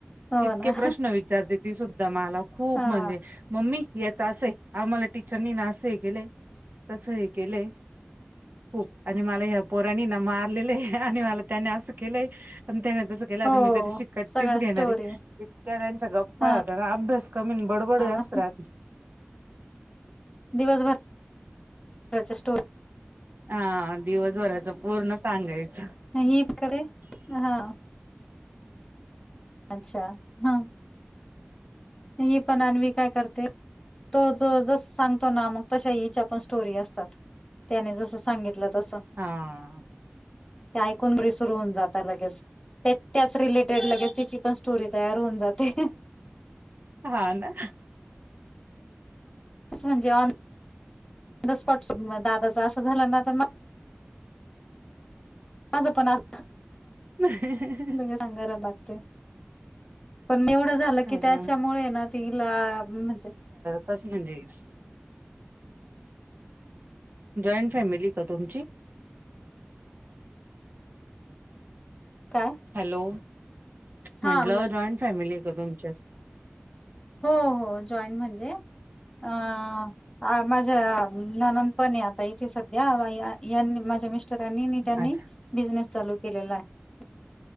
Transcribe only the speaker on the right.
इतके
प्रश्न विचारते ती सुद्धा माला खूप
म्हणजे मम्मी याच असंय आम्हाला टीचरनी ना असं हे केलंय तसं हे केलंय खूप आणि मला ह्या पोरानी ना मारलेलंय आणि मला त्याने असं केलंय आणि त्याने तसं केला
तर मी त्याच्याशी कट्टीच
घेणार
आहे इतक्या त्यांच्या गप्पा
राहतात ना अभ्यास कमी न बडबड
जास्त राहती
हा दिवसभराच पूर्ण सांगायचं
हा
हा ना
ह ह ह ह
हा
कसली रेस्ट जॉईंट फॅमिली का तुमची
हॅलो
म्हंटलं
जॉईंट फॅमिली आहे का तुमची असं
अच्छा